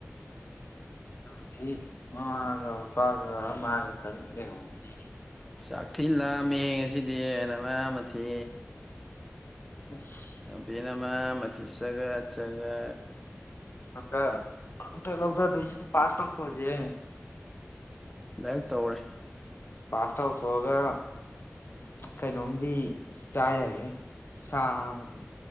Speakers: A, on the left; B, in the centre.
A: ꯑꯗꯨꯕꯨꯗꯤ ꯃꯥ ꯄꯒ ꯃꯥꯒꯇꯪ ꯂꯩꯍꯧꯗꯧꯔꯤ
B: ꯆꯥꯛꯊꯤ ꯂꯥꯃꯦꯍꯦ ꯉꯁꯤꯗꯤ ꯅꯃꯊꯤ
A: ꯑꯁ
B: ꯑꯕꯦꯅ ꯅꯃꯊꯨ ꯆꯒ ꯆꯒ
A: ꯍꯟꯇꯛ ꯍꯟꯇꯛ ꯂꯧꯗꯗꯩꯁꯤꯗꯤ ꯄꯥꯁ ꯇꯧꯊꯣꯛꯑꯁꯦꯍꯦ
B: ꯗꯥꯏꯔꯦꯛ ꯇꯧꯔꯦ
A: ꯄꯥꯁꯇ ꯇꯧꯊꯣꯛꯑꯒ ꯀꯩꯅꯣꯗꯤ ꯆꯥ ꯌꯥꯏꯍꯦ ꯁꯥ ꯑꯃꯗꯨꯝ